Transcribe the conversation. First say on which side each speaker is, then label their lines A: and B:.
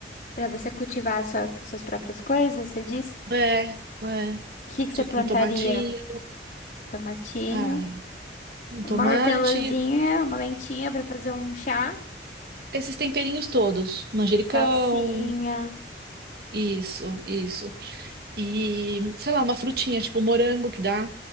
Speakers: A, on the left (about 45°); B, on the right (about 60°).
A: Pra você cultivar a sua- suas próprias coisas, você diz?
B: É, é.
A: O que que
B: Tipo
A: você plantaria?
B: um tomatinho.
A: Tomatinho,
B: Ah, um
A: uma
B: tomate.
A: hortelazinha, uma lentinha pra fazer um chá,
B: Esses temperinhos todos. Manjericão.
A: salsinha.
B: Isso, isso. E, sei lá, uma frutinha, tipo um morango que dá.